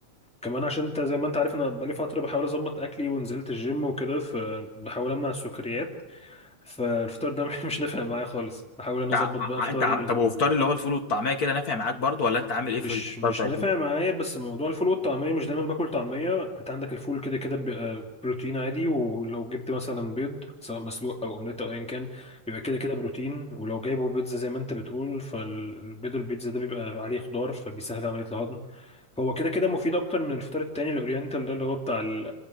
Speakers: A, in the centre; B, on the left (about 45°).
A: كمان عشان انت زي ما انت عارف انا بقالي فترة بحاول اظبط اكلي ونزلت الجيم وكده فبحاول امنع السكريات فالفطار ده <laughs> مش نافع معايا خالص بحاول
B: انت
A: ان أنا اظبط
B: ع... ع-
A: بقى فطاري
B: انت عم...
A: من
B: طب وفطار اللي هو الفول والطعميه كده نافع معاك برضو ولا انت عامل ايه
A: مش
B: في الفطار
A: مش
B: بتاع
A: نافع
B: الجيم
A: معايا بس موضوع الفول والطعمية مش دايما باكل طعمية انت عندك الفول كده كده بيبقى بروتين عادي ولو جبت مثلا بيض سواء مسلوق او اومليت او ايا كان بيبقى كده كده بروتين ولو جايبه بيتزا زي ما انت بتقول فالبيض البيتزا ده بيبقى عليه خضار فبيسهل عملية الهضم فهو كده كده مفيد اكتر من الفطار التاني الاورينتال ده اللي هو بتاع ال-